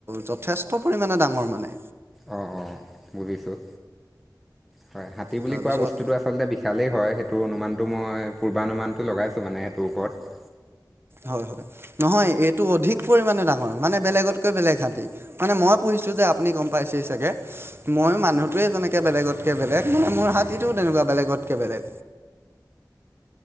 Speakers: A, on the right; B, in the centre.
A: যথেষ্ট পৰিমাণে ডাঙৰ মানে।
B: অ', অ', বুজিছোঁ হয়, হাতী বুলি
A: তাৰপিছত
B: কোৱা বস্তুটো আছে আচলতে বিশালেই হয়, সেইটো অনুমানটো মই পূৰ্বানুমানটো লগাইছো মানে এইটোৰ ওপৰত।
A: হয় - হয়, নহয় এইটো অধিক পৰিমাণে ডাঙৰ মানে বেলেগতকৈ বেলেগ হাতী। মানে মই পুহিছোঁ যে আপুনি গম পাইছে চাগে। মই মানুহটোৱে তেনেকে বেলেগতকে বেলেগ মানে মোৰ হাতীটো তেনেকুৱা বেলেগতকে বেলেগ।